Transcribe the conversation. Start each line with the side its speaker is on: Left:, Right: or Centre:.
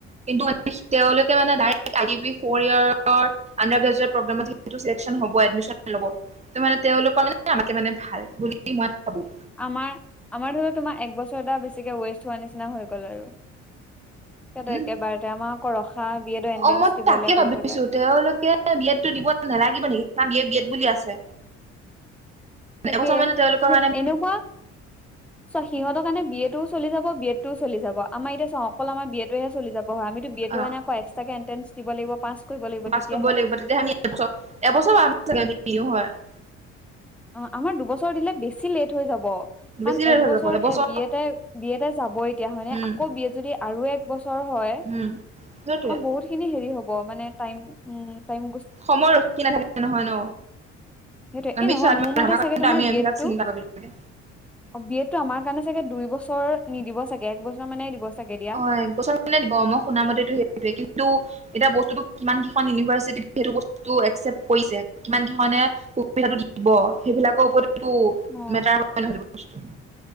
Right: কিন্তু তেওঁলোকে মানে the I P B for ইয়েৰৰ আনডাৰ গ্ৰেজুৱেট প্ৰবলেমত, সেইটো চিলেকচন হবয়ে এডমিশন লব ত' মানে তেওঁলোকৰ আমাতকে মানে ভাল বুলি মই ভাবো।
Centre: আমাৰ আমাৰ ধৰি লওক তোমাৰ একবছৰ এটা, বেছিকে ৱেষ্ট হোৱা নিচিনা হৈ গ'ল আৰু। সিহঁতৰ
Right: উম
Centre: একেবাৰতে আমাৰ আকৌ ৰখা, বি এডৰ এণ্ট্ৰেন্ঞ্চ
Right: অ মই
Centre: দিবলৈ
Right: তাকে ভাবিছো
Centre: কৰিবলৈ।
Right: তেওঁলোকে বি এত টো দিব নালাগিব নেকি? কাৰণ ইয়াত বি এড বুলি আছে।
Centre: তাকে,
Right: এবছৰ মানে তেওঁলোকৰ
Centre: মোক
Right: কাৰণে
Centre: এনেকুৱা। চোৱা, সিহঁতৰ কাৰণে বি এ টোও চলি যাব বি এড টো চলি যাব আমাৰ এতিয়া চোৱা অকল আমাৰ বি এ টোহে চলি যাব হয় আমি বি এদ
Right: অ
Centre: টোৰ কাৰণে আকৌ এক্সট্ৰাকে এণ্ট্ৰেঞ্চ দিব লাগিব পাচ কৰিব লাগিব
Right: পাছ
Centre: তেতিয়াহে।
Right: কৰিব লাগিব তেতিয়া আমি এবছৰ <unintelligible>
Centre: অ' আমাৰ দুবছৰ দিলে বেছি লেট হৈ যাব। কাৰণ
Right: বেছি দেৰি
Centre: এক
Right: হৈ
Centre: বছৰ
Right: যাব এবছৰ
Centre: এ বিএ তে বি এড তে যাব এতিয়া, হয়নে
Right: উম
Centre: আকৌ বি এ যদি। আৰু এক বছৰ হয়,
Right: উম সেইটোৱে
Centre: অ বহুত। খিনি হেৰি হব, মানে তাইম উম তাইম
Right: সময় ৰখি নাথাকে নহয় ন।
Centre: সেইটোৱে
Right: আমি
Centre: এই নহয়
Right: ছোৱালি
Centre: মোৰ মতে
Right: মানুহ
Centre: চাগে তোমাৰ
Right: আমি এইবিলাক
Centre: বি এডটো
Right: চিন্তা কৰিব লাগে বিশেষকে।
Centre: অ' বি এড টো আমাৰ কাৰণে চাগে দুই বছৰ নিদিব চাগে একবছৰ মানে দিব চাগে। দিয়া
Right: অ' এক বছৰ মানে দিব মই শুনা মতেতো সেইটোৱে কিন্তু। এতিয়া বস্তুটো কিমান কেইখন ইউনিভাৰ্চিটিত সেইটো বস্তু একচেপ্ট কৰিছে কিমান ধৰনে সুবিধাটো দিব সেইবিলাকৰ ওপৰতটো
Centre: অ
Right: মেটাৰ ন হব বস্তু।